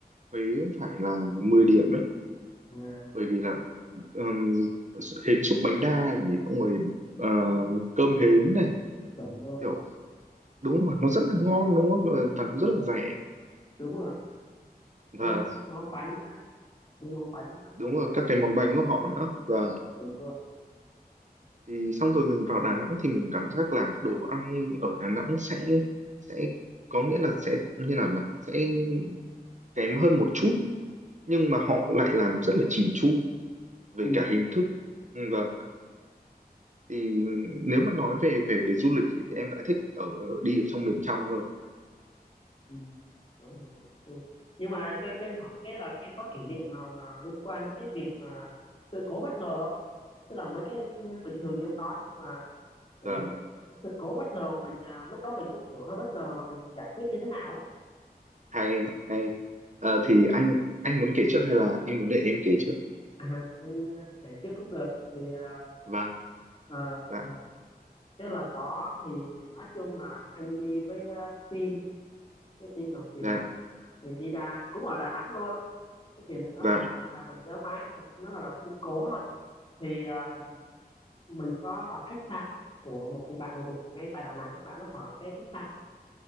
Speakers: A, on the right (about 50°); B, on the left (about 35°).
A: Huế phải là 10 điểm ấy,
B: à,
A: bởi vì là ừm, hến xúc bánh đa này, xong rồi ờ, cơm hến này,
B: chuẩn luôn
A: kiểu đúng rồi, nó rất là ngon đúng không? Và nó rất là rẻ.
B: đúng rồi
A: Và
B: với mấy cái món bánh nữa với món bánh
A: đúng
B: của
A: rồi, các cái món bánh của họ nữa. và
B: tỉnh luôn
A: thì xong rồi mình vào Đà Nẵng thì mình cảm giác là đồ ăn ở Đà Nẵng sẽ sẽ có nghĩa là sẽ như nào nhỉ sẽ kém hơn một chút nhưng mà họ lại làm rất là chỉn chu về
B: ừ
A: cả hình thức Ừ, vâng thì nếu mà nói về về về du lịch ý, thì em lại thích ở đi ở trong miền trong hơn
B: Ừ. Đó là vào miền Trung. Nhưng mà cho cho anh hỏi cái là em có kỷ niệm nào là liên quan đến cái việc mà sự cố bất ngờ không? Tức là mấy cái bình thường thì không nói nhưng mà kiểu
A: và
B: sự cố bất ngờ mà mình à, lúc đó mình cũng kiểu hơi bất ngờ và mình giải quyết như thế nào á.
A: hay hay Ờ, thì anh anh muốn kể trước hay là anh muốn để em kể trước
B: À, anh à, kể trước cũng được. Thì à,
A: vâng
B: à,
A: dạ
B: là cái lần đó thì nói chung là anh đi với à, team cái team làm việc
A: dạ
B: thì đi ra cũng ở Đà Nẵng luôn. Cái kiểu này đó
A: dạ
B: là, là mình nhớ mãi nó là, là sự cố thôi thì à, mình có đặt khách sạn của một người bạn của mình ngay tại Đà Nẵng bạn nó mở cái khách sạn